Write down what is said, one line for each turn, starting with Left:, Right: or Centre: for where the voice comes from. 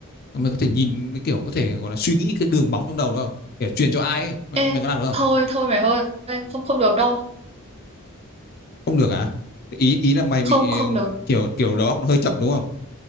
Left: mày có thể nhìn cái kiểu có thể gọi là suy nghĩ cái đường bóng trong đầu đó không kiểu truyền cho ai ấy mày,
Right: Ê,
Left: mày có làm được không
Right: thôi thôi mày ơi, không không được đâu.
Left: không được hả ý ý là mày
Right: Không
Left: bị
Right: không
Left: ừ,
Right: được.
Left: kiểu kiểu đầu óc nó hơi chậm đúng không